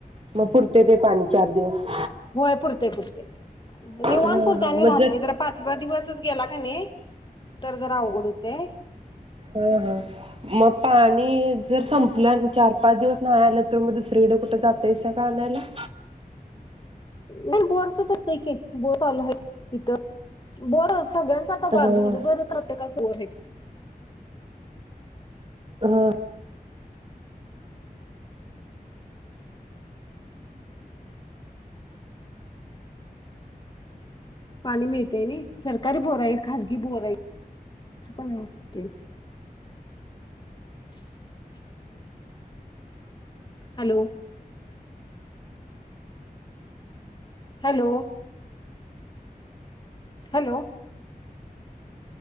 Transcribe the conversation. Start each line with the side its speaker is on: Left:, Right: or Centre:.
Right: मग पुरतय ते पाणी चार दिवस.
Left: होय पुरतय पुरतय
Right: हा
Left: निवाण पुरतय
Right: हा
Left: आणि
Right: मग
Left: राहतेय जर पाचवा दिवस गेला का नाही? तरर जरा अवघड होतेय.
Right: हा हा मग पाण आणि जर संपलं चार पाच दिवस नाही आल तर मग दुसरीकडे कुठे जातास का आणायला?
Left: नाही बोरच तर हाय की बोर चालू आहे इथ बोर सगळ्यांच आता पहा
Right: हा
Left: घरोघर प्रत्येकाच बोर आहे.
Right: हा.
Left: पाणी मिळतय नाई सरकारी बोर आहेत खाजगी बोर हाईत अस पण आहे ते <inaudible> हॅलो हॅलो हॅलो